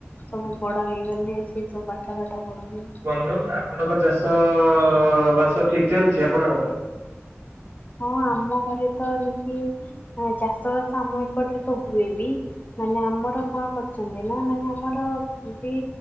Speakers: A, on the left; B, on the right.
A: ସବୁ ବଡ ହେଇଗଲେ ସିଏ ସବୁ ପାଠ ଫାଠ ପଢିବେ।
B: <inaudible> ଆପଣଙ୍କ ଚାଷ ବାସ ଠିକ୍ ଚାଲିଛି ଆପଣଙ୍କର?
A: ହଁ ଆମ ଘରେ ତ ଏମିତି ଚାଷ ବାସ ଆମ ଏପଟରେ ତ ହୁଏ ବି ମାନେ ଆମର କଣ କରୁଛନ୍ତି ନା ମାନେ ଆମର ବି